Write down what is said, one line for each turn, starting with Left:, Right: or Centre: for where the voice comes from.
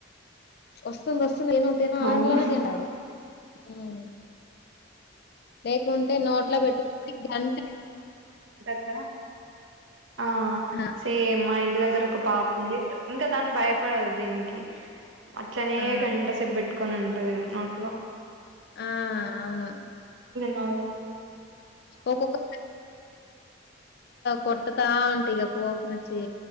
Left: వస్తుంది వస్తు ే తేన అననే
Right: అవును
Left: తేండాడు అవు లేకుంటే నోట్లో పెట్టుకు గంట
Right: క్క ఆ
Left: ఆ
Right: సేమ్మా ఇ దగ్గర ఒక పాపు ఉంది ఇంకా దాన్ని భయపడదు దీనికి అట్లనే
Left: ఆ
Right: గంట సబ్ పెట్టుకొని ఉంటది నోట్లో
Left: ఆ అవును
Right: నా
Left: ఒక్కొక్క కొట్టతా అంటే ఇక కోపం నచ్చి